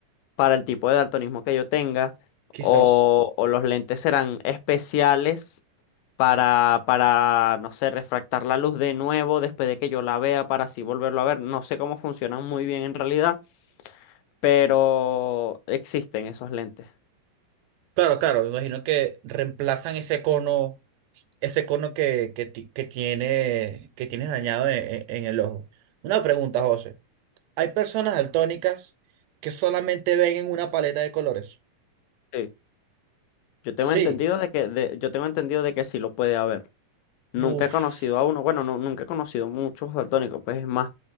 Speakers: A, on the left; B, on the right.
A: para el tipo de daltonismo que yo tenga,
B: quizás.
A: o, o los lentes serán especiales para, para, no sé, refractar la luz de nuevo después de que yo la vea para así volverlo a ver. No sé cómo funcionan muy bien en realidad, pero existen esos lentes.
B: Claro, claro, me imagino que reemplazan ese cono, ese cono que, que, ti- que tiene, que tienes dañado en, en- en el ojo. Una pregunta, José. ¿Hay personas daltónicas que solamente ven en una paleta de colores?
A: Sí. Yo tengo
B: Sí.
A: entendido de que, de- yo tengo entendido de que sí lo puede haber. Nunca
B: Uf.
A: he conocido a uno, bueno, no, nunca he conocido muchos daltónicos, pues es más,